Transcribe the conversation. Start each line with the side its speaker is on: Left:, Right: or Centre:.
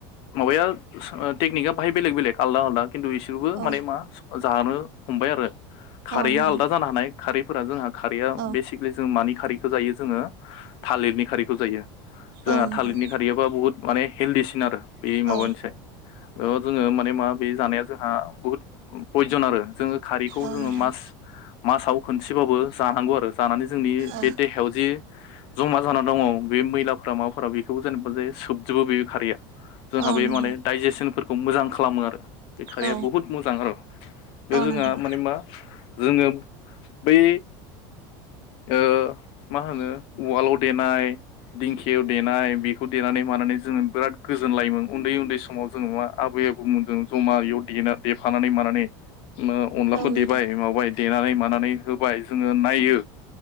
Left: माबाया टेकनिकआ बाहाय बेलेग बेलेग आलदा आलदा। खिन्थु बिसोरबो
Right: औ
Left: माने मा। जानो हमबाय आरो। खारैया
Right: औ नोंथां
Left: आलादा जानो हानाय खारैफोरा जोंहा खारैया
Right: औ
Left: बेसिकेलि जों मानि खारै ायो जोङो थालिरनि खारिैखौ जायो। जोंहा
Right: औ नोंथां
Left: थालिरनि खारैयाबा बुहुत। माने हेल्दििसिन आरो। बे
Right: औ
Left: माबानोसै। बे जोङो माने मा बे जानाया जोंहा बुहुत पयजन आरो। जोङो खारैखौ
Right: औ
Left: जों
Right: नोंथां
Left: मास माव मोनसेबाबो जानांगौ आरो। जानानै जोंनि
Right: औ
Left: बे देहायाव जि जमा जानानै दङ बे मैलाफोरा माबाफोरा बेखौ जेनेबा ज सोबजोबो बे खारैया। जोंहा
Right: औ
Left: बे
Right: नोंथां
Left: माने डाइजेसनफोर खौ मोजां खालामो आरो। बे खारैया
Right: औ
Left: बहुद मोजां आरो, बे
Right: औ
Left: जोंहा
Right: नोंथां
Left: माने मा जोङो। बै ओ मा होनो उवालाव देनाय, दिंखियाव देनाय, बेखौ देनानै मानानै जोङो बिराद गोजोनलायोमोन उन्दै उन्दै समाव जोङो मा आबै आबौमोन जों जमा बेयाव देना देफानानै मानानै। अनलाखौ
Right: औ नोंथां
Left: देबाय माबाय। देनानै मानानै होबाय जोङो नायो।